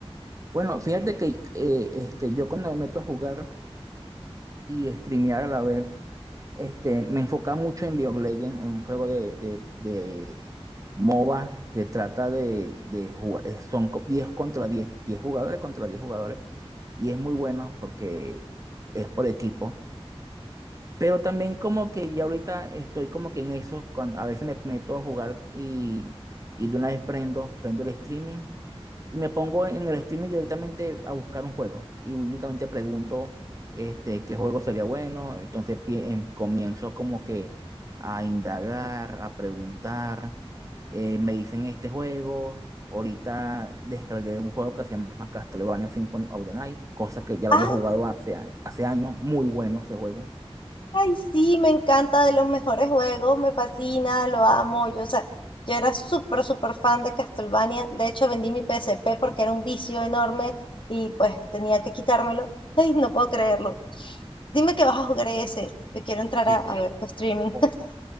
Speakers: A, on the right; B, on the left.
A: Bueno, fíjate que eh, este, yo cuando me meto a jugar y streamear a la vez. Este, me enfocaba mucho en League of Legends, en un juego de, de, de MOBA que trata de, de jugar, eh, son co- 10 contra diez 10 jugadores contra 10 jugadores, y es muy bueno porque es por equipo. Pero también como que ya ahorita estoy como que en eso, cuando a veces me meto a jugar y, y de una vez prendo, prendo el streaming y me pongo en el streaming directamente a buscar un juego y únicamente pregunto este, qué juego sería bueno, entonces pie- em- comienzo como que a indagar, a preguntar, eh, me dicen este juego, ahorita descargué un juego que se llama Castlevania Symphony of the Night, cosa que ya lo
B: Ah,
A: había jugado hace, a- hace años, muy bueno ese juego.
B: Ay, sí, me encanta, de los mejores juegos, me fascina, lo amo. Yo, o sea, yo era súper, súper fan de Castlevania. De hecho, vendí mi PSP porque era un vicio enorme y pues tenía que quitármelo. <laughs> Ay, no puedo creerlo. Dime que vas a jugar ese. Yo quiero entrar
A: Sí,
B: a,
A: sí.
B: a ver tu streaming.
A: Voy
B: <laughs>